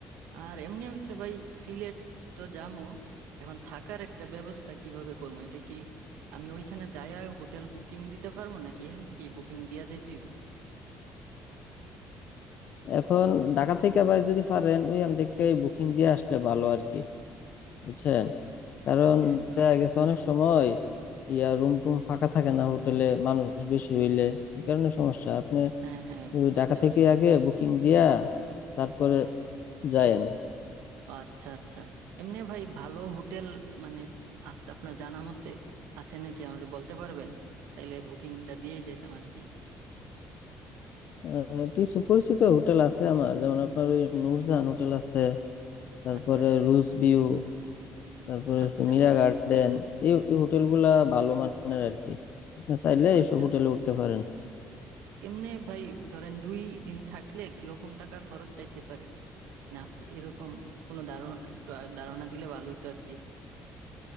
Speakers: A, on the right (about 85°); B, on the left (about 65°).
A: আর এমনি হইছে ভাই সিলেট তো যামু এখন থাকার একটা ব্যবস্থা কিভাবে করবো এটা কি আমি ওইখানে যায়া হোটেল বুকিং দিতে পারবো নাকি এখান থেকেই বুকিং দিয়া যাইতেইব
B: এখন ঢাকা থেকে ভাই যদি পারেন ওইখান থেকে বুকিং দিয়ে আসলে ভালো আর কি বুঝছেন কারণ
A: আচ্ছা আম,
B: দেখা গেছে অনেক সময় ইয়া রুম টুম ফাঁকা থাকে না হোটেলে মানুষ বেশি হইলে এই কারণে সমস্যা আপনি
A: হ্যাঁ হ্যাঁ
B: ওই
A: বুঝতে
B: ঢাকা থেকে
A: পারছি
B: আগে বুকিং দিয়া তারপরে যায়েন
A: আচ্ছা আচ্ছা এমনি ভাই ভালো হোটেল মানে আছে আপনার জানা মতে আছে নাকি আমাকে বলতে পারবেন তাইলে বুকিংটা দিয়ে যাইতাম আর কি
B: আহ, কিছু পরিচিত হোটেল আছে আমার যেমন আপনার ওই নূরজাহান হোটেল আছে তারপরে
A: আচ্ছা আচ্ছা
B: রুজ ভিউ তারপরে
A: আচ্ছা
B: হচ্ছে মীরা গার্ডেন এই এই হোটেলগুলা ভালো মানের আর কি আপনি চাইলে
A: ও
B: এইসব
A: আচ্ছা
B: হোটেলে উঠতে পারেন
A: এমনি ভাই ধরেন দুই দিন থাকলে কিরকম টাকা খরচ যাইতে পারে না আপ- এরকম কোনো ধারণা একটু আ- ধারণা দিলে ভালোই তো আর কি